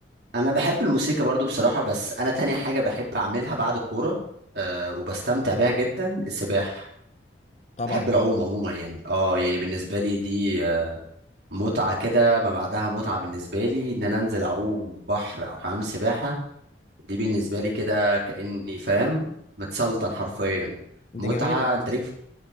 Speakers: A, on the right; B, on the left.
A: انا بحب الموسيقى برضو بصراحة بس انا تاني حاجة بحب اعملها بعد الكورة آه وبستمتع بيها جدا السباحة
B: طبعا
A: بحب العوم عموما يعني اه يعني بالنسبة لي دي آه، متعة كده ما بعدها متعة بالنسبة لي ان انا انزل اعوم بحر او حمام سباحة دي بالنسبة لي كده كأني فاهم متسلطن حرفيا
B: دي
A: متعة
B: جميلة
A: انت ليك